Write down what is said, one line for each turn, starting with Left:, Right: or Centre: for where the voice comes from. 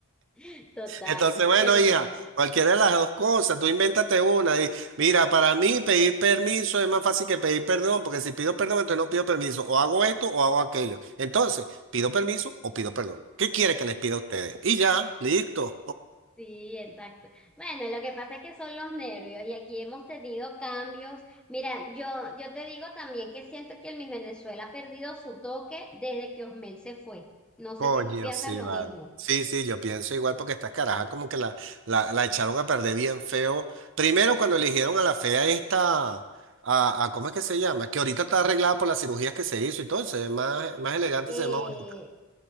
Centre: <laughs> Total,
Right: Entonces, bueno,
Centre: pero
Right: hija,
Centre: bueno,
Right: cualquiera de las dos cosas, tú invéntate una y mira, para mí pedir permiso es más fácil que pedir perdón, porque si pido perdón, entonces no pido permiso, o hago esto o hago aquello. Entonces, pido permiso o pido perdón. ¿Qué quiere que les pida a ustedes? Y ya, listo.
Centre: sí, exacto. Bueno, lo que pasa es que son los nervios y aquí hemos tenido cambios. Mira, yo, yo te digo también que siento que el Miss Venezuela ha perdido su toque desde que Osmel se fue. No sé
Right: Coño,
Centre: si tú piensas
Right: sí,
Centre: lo
Right: vale.
Centre: mismo.
Right: Sí, sí, yo pienso igual porque estas carajas como que la, la, la echaron a perder bien feo. Primero cuando eligieron a la fea esta, a, a ¿cómo es que se llama? Que ahorita está arreglada por las cirugías que se hizo y todo, se ve más, más elegante,
Centre: Eh,
Right: se ve más bonita.